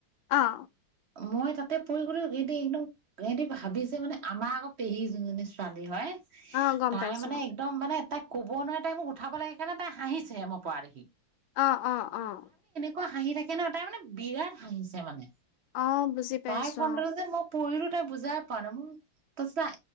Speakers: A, on the left; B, on the right.
A: অ'।
B: মই তাতে পৰি গ'লো, সিহঁতে একদম সেহঁতি ভাবিছে মানে আমাৰ আকৌ পেহী যোনজনী ছোৱালী হয়
A: অ', গম
B: তাই
A: পাইছো
B: মানে একদম মানে তাই ক'বও নোৱাৰে তাই মোক উঠাব লাগে কাৰণে তাই হাঁহিছে মই পৰা দেখি।
A: অ', অ', অ'।
B: কোৱা হাঁহি থাকে ন, তাই মানে বিৰাট হাঁহিছে মানে।
A: অ', বুজি পাইছো
B: তাইৰ ফ্ৰণ্টতে যে মই পৰিলো তই বুজাই পোৱা নাই মোৰ, তাপিছত হা